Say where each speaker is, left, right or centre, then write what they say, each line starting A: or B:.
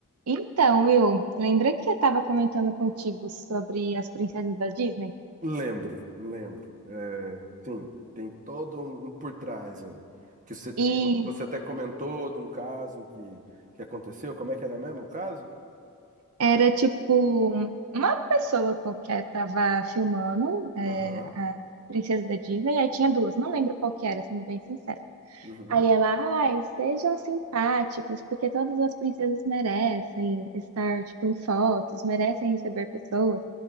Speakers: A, on the right (about 80°); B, on the right (about 35°).
A: Então, Will, lembra que eu estava comentando contigo sobre as princesas da Disney?
B: Lembro, lembro. É, sim, tem todo um um por trás aí. Que você,
A: E
B: você até comentou de um caso que, que aconteceu. Como é que era mesmo o caso?
A: era tipo uma pessoa qualquer tava filmando é,
B: Aham,
A: a princesa da Disney, aí tinha duas, não lembro qual que era, sendo bem sincera.
B: uhum,
A: Aí ela, ai, sejam simpáticos, porque todas as princesas merecem estar tipo em fotos, merecem receber pessoas.